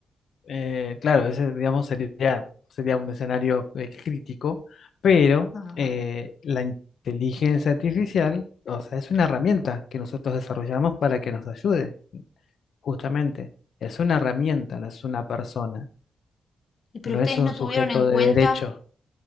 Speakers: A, on the left; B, on the left.
A: Eh, claro, ese, digamos, sería, sería un escenario eh, crítico, pero
B: Ah,
A: eh, la inteligencia artificial, o sea, es una herramienta que nosotros desarrollamos para que nos ayude, justamente. Es una herramienta, no es una persona,
B: Y pero
A: no
B: ustedes
A: es un
B: no
A: sujeto
B: tuvieron en
A: de
B: cuenta,
A: derecho.